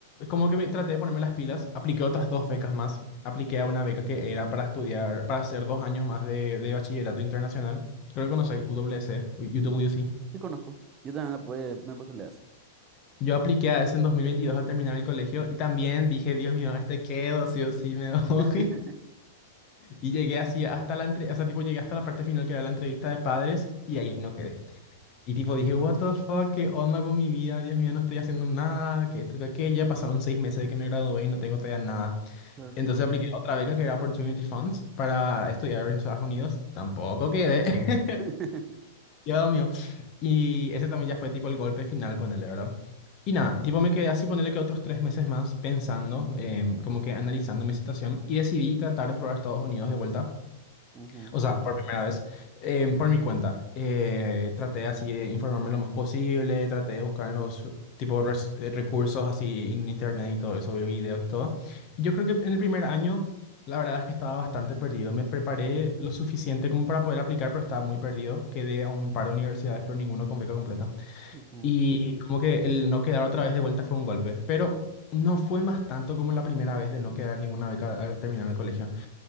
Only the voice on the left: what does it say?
como que me traté de ponerme las pilas, apliqué otras dos becas más. Apliqué a una beca que era para estudiar, para hacer dos años más de, de bachillerato internacional. Creo que conocéis, UWC, C, U W C.
Yo apliqué a ese en 2022 al terminar el colegio y también dije, Dios mío, a este quedo, sí o sí me voy.
<laughs> Y llegué así hasta la entre, o sea, tipo llegué hasta la parte final que era la entrevista de padres y ahí no quedé. Y tipo dije, what the fuck, qué onda con mi vida, Dios mío, no estoy haciendo nada, que esto, que aquello. Ya pasaron seis meses de que me gradué y no tengo todavía nada.
Entonces apliqué a otra beca que era Opportunity Funds para estudiar en Estados Unidos. Tampoco quedé.
<laughs> Dios mío. Y ese también ya fue tipo el golpe final, ponele, ¿verdad? Y nada, tipo me quedé así, ponerle que otros tres meses más pensando, em, como que analizando mi situación y decidí tratar de probar Estados Unidos de vuelta.
O sea, por primera vez, em, por mi cuenta. Eh, traté así de informarme lo más posible, traté de buscar en los tipo res- eh, recursos así en internet y todo eso, ver videos y todo. Y yo creo que en el primer año, la verdad es que estaba bastante perdido. Me preparé lo suficiente como para poder aplicar, pero estaba muy perdido. Quedé a un par de universidades, pero ninguno con beca completa.
Y como que el no quedar otra vez de vuelta fue un golpe. Pero no fue más tanto como la primera vez de no quedar ninguna beca al terminar el colegio.